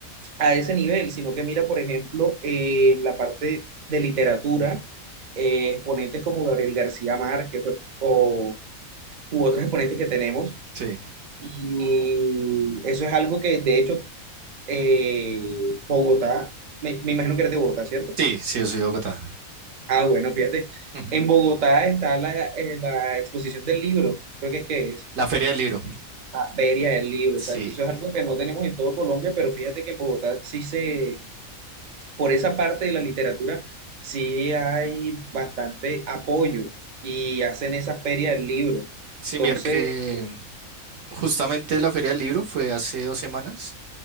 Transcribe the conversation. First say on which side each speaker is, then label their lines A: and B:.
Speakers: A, on the right (about 45°); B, on the right (about 70°).
A: a ese nivel, sino que mira, por ejemplo, eh, la parte de literatura, eh, exponentes como Gabriel García Márquez pues, o, u otros exponentes que tenemos.
B: Sí.
A: Y eso es algo que, de hecho, eh, Bogotá, me, me imagino que eres de Bogotá, ¿cierto?
B: Sí, sí, yo soy de Bogotá.
A: Ah, bueno, fíjate,
B: Ujú.
A: en Bogotá está la, eh, la exposición del libro, creo que es que es
B: La Feria del Libro.
A: la feria del libro,
B: Sí.
A: exacto. Eso es algo que no tenemos en todo Colombia, pero fíjate que en Bogotá sí se por esa parte de la literatura sí hay bastante apoyo y hacen esa feria del libro.
B: Sí,
A: Entonces,
B: mira que
A: eh,
B: justamente la Feria del Libro fue hace dos semanas.